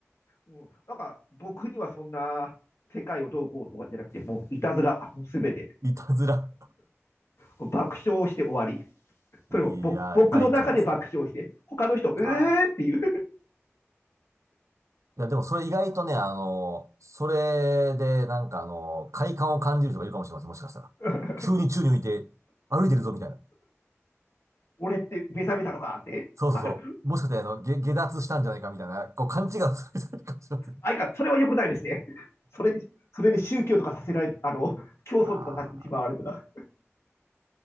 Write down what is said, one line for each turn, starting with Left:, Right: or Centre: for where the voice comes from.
Left: もうなんか僕にはそんな世界をどうこうとかじゃなくて、もういたずら、もうすべて。
Right: ー <laughs> いたずら。
Left: 爆笑して終わり。
Right: いや、
Left: それも僕僕の中で爆笑して、
Right: 大胆ですね。
Left: 他の人、えーっていう。
Right: あーいや、でもそれ意外とね、あの、それで、なんかあの、快感を感じる人がいるかもしれません、もしかしたら。
Left: <laughs>
Right: 急に宙に浮いて、歩いてるぞ、みたいな。
Left: 俺って目覚めたのかって。
Right: そうそうそう。
Left: あ、でも、
Right: もしかして、あの、げ下脱したんじゃないか、みたいな、こう、勘違いをする人がいるかもしれません。
Left: あいか、それは良くないですね。それで、それで宗教とかさせられ、あの、競争とかになってしまわれたら。
Right: <laughs> ああ。